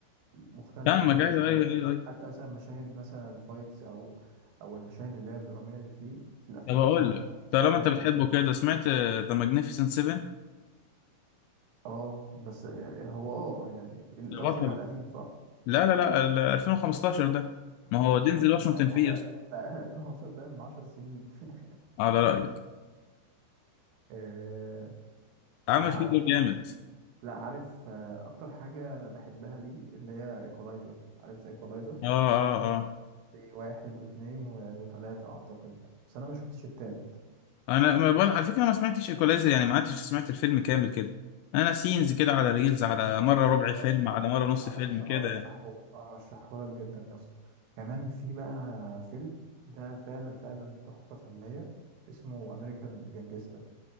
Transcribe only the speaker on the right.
مختلفة
برضه
شوية
حتى مثلا مشاهد مثلا الفايتس أو أو المشاهد اللي هي الدرامية اللي فيه في الأفلام
بتاعته
مش
عارف
بقى-
اه بس هو اه يعني انت
قصدك على القديم صح؟
2015
آه، ما
هو ده
قديم انت <laughs> 2015 ده من 10 سنين
<laughs> آه،
انا عارفه
اه لا عارف آه، اكتر حاجة بحبها ليه اللي هي ايكولايزر عارف ذا ايكولايزر
في واحد واثنين وثلاثة اعتقد بس انا ما شفتش التالت
يا
اسطى
انا
اصلا
انا ارشحه
ارشحه لك جدا يا اسطى كمان في بقى فيلم ده فعلا فعلا تحفه فنيه اسمه امريكان جانجستا